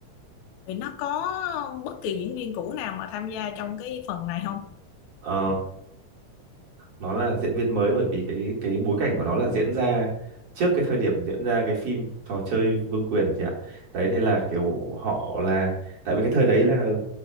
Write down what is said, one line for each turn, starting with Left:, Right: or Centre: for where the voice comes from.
Left: Vì nó có bất kỳ diễn viên cũ nào mà tham gia trong cái phần này không?
Right: Ờ nó là diễn viên mới bởi vì cái cái bối cảnh của nó là diễn ra trước cái thời điểm diễn ra cái phim trò chơi Vương quyền chị ạ đấy nên là kiểu họ là tại vì cái thời đấy là